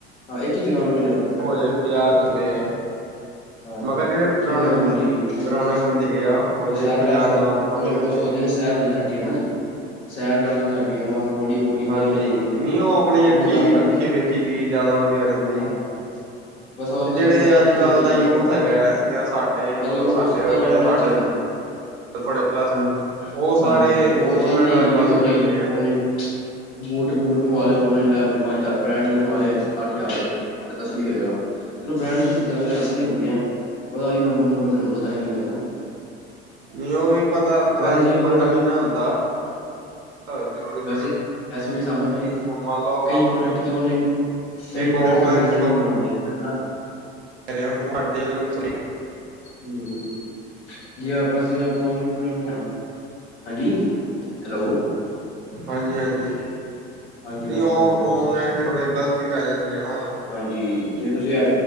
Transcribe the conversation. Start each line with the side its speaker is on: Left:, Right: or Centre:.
Left: ਹ ਇੱਕ ਦੁਕਾ <unintelligible> ਨ ਨੂੰ ਮ ਜਾਂਦਾ
Right: ਹੋ ਜਾਏ, ਬਾਜ਼ਾਰ ਪੁੱਛਦੇ ਆ
Left: ਹਾਂਜੀ
Right: ਮੈਂ ਕਿਹਾ, ਜਿਹੜੇ ਪੁਰਾਣੇ
Left: ਜਿਨਾਂ
Right: ਬੰਦੇ,
Left: ਹਾਂਜੀ ਉਹ
Right: ਪੁਰਾਣੇ ਬੰਦੇ ਗਏ ਆ, ਉਹ ਜ
Left: ਸੈਰ
Right: ਬਾਜ਼ਾਰ
Left: ਕਰ ਸਕ
Right: ਜਾਣਾ ਪਸੰਦ
Left: ਉਹ ਕਹਿੰਦੇ
Right: ਕਰਦੇ
Left: ਉਹ ਸੋਚਦੇ
Right: ਆ
Left: ਨੇ ਸੈਰ ਹੋ ਜਾਏ ਸਾਡੀ, ਹੈਨਾ ਜੀ, ਸੈਰ ਕਰ ਲੈਣ ਸਾਡੀ ਨਾ ਬੋਡੀ ਬੋਡੀ ਵਧੀਆ
Right: ਹਾਂਜੀ,
Left: ਹੋ ਜਾਂਦੀ ਹੈ
Right: ਨਹੀਂ ਉਹ ਆਪਣੀ ਅੱਖੀ,
Left: ਮੋਟਾ
Right: ਅੱਖੀ ਵੇਖੀ ਚੀਜ਼ ਜ਼ਿਆਦਾ ਵਧੀਆ ਰਹਿੰਦੀ ਜੀ
Left: ਅੱਛਾ ਬਸ ਉਹ
Right: ਤੇ
Left: ਨੇ
Right: ਜਿਹੜੇ
Left: ਆਖੀ
Right: ਅੱਜ ਕੱਲ੍ਹ
Left: ਵੇਖੀ ਚੀਜ਼ਾਂ,
Right: ਦਾ ਯੂਥ ਹੈਗਾ ਜਾਂ ਸਾਡੇ ਮਤਲਬ
Left: ਅੱਜ- ਕੱਲ
Right: ਸਾਡੇ
Left: ਉਸ
Right: ਵਰਗਾ
Left: ਨੀ ਆਉਣਾ
Right: ਜਾਂ ਸਾਡੇ
Left: ਚਾਹੀਦਾ
Right: ਥੋੜੇ ਪਲੱਸ
Left: ਹਾਂਜੀ,
Right: ਉਹ ਸਾਰੇ
Left: ਹਾਂਜੀ ਉਹ
Right: ਓਨਲਾਈਨ
Left: ਚਾਹੁੰਦੀ
Right: ਵਾਲੇ
Left: ਹੈਗੀ
Right: ਪਾਸੇ
Left: ਓਨਲਾਈਨ,
Right: ਭੱਜਦੇ ਆ
Left: ਓਨਲਾਈਨ ਬੂਟ ਬੂਟ ਮੰਗਵਾ ਲਓ ਹੁਣ ਪੰਜ ਲੈ, ਪੰਜ ਹਜ਼ਾਰ ਬ੍ਰੈਂਡ
Right: ਹੂੰ
Left: ਦੇ ਮੰਗਵਾ ਲੇ, ਅੱਠ ਹਜ਼ਾਰ ਦੇ ਤਸਲੀ ਹੋਏਗਾ ਚਲੋ ਬ੍ਰੈਂਡ ਦੀ ਚੀਜ਼ਾਂ ਤੇ ਅਸਲੀ ਹੁੰਦੀਆਂ, ਉਹ ਨੰਬਰ- ਨਬਰ ਤੁਹਾਨੂੰ ਪਤਾ ਨੀ ਕਿਵੇਂ
Right: ਨਹੀਂ ਉਹ ਵੀ ਪਤਾ, ਪਤਾ,
Left: ਵੈਸੇ ਜਿਵੇਂ ਪ੍ਰੋਡਕਟ
Right: ਪਤਾ ਨੀ ਨਾ ਹੁੰਦਾ ਹਾਂ ਜ਼ਰੂਰੀ
Left: ਵੈਸੇ
Right: ਥੋੜ੍ਹੀ
Left: ਵੈਸੇ ਮੇਰੇ ਸਾਹਮਣੇ ਕਈ
Right: ਹੁਣ ਮੰਨ ਲਓ ਆਪਾਂ
Left: ਕਈ ਪ੍ਰੋਡਕਟ ਓਨਲਾਈਨ, ਕਈ
Right: ਇੱਕ
Left: ਪ੍ਰੋਡਕਟ
Right: ਔਫਲਾਈਨ
Left: ਸਾਨੂੰ ਓਨਲਾਈਨ ਹੀ ਮੰਗਵਾਉਣੇ ਚਾਹੀਦੇ ਹਨ
Right: ਸਾਨੂੰ ਵੱਡੇ ਨੂੰ ਤੁਥੜੀ
Left: ਹਮ ਜਿਵੇਂ ਸੀ ਪਾਉਣ ਪੜਿਆ <unintelligible> ਹਾਂਜੀ, ਹੈਲੋ
Right: ਹਾਂਜੀ- ਹਾਂਜੀ
Left: ਹਾਂਜੀ
Right: ਨਹੀਂ
Left: ਹਾਂਜੀ
Right: ਉਹ
Left: ਹਾਂਜੀ ਹਾਂਜੀ।
Right: ਓਨਲਾਈਨ ਥੋੜੇ ਗ਼ਲਤ ਹੀ ਆ ਜਾਂਦੇ ਆ ਨਾ
Left: ਹਾਂਜੀ, ਜੇਵੇਂ ਤੁਸੀਂ ਆ